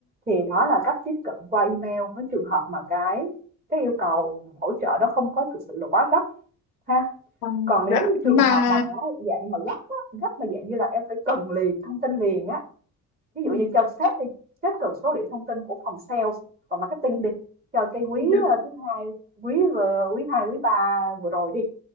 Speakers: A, on the right (about 20°); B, on the left (about 85°).
A: thì đó là cách tiếp cận qua email với trường hợp mà cái cái yêu cầu hỗ trợ đó không có thực sự là quá gấp ha
B: Ừ,
A: còn
B: dạ
A: nếu như trường
B: mà
A: hợp mà nó dạng mà gấp á, gấp mà dạng như là em phải cần liền thông tin liền á ví
B: ừ,
A: dụ như cho sếp đi sếp cần số liệu thông tin của phòng sales phòng marketing đi cho cái quý
B: dạ
A: ờ, thứ hai quý vừa- quý hai quý ba vừa rồi đi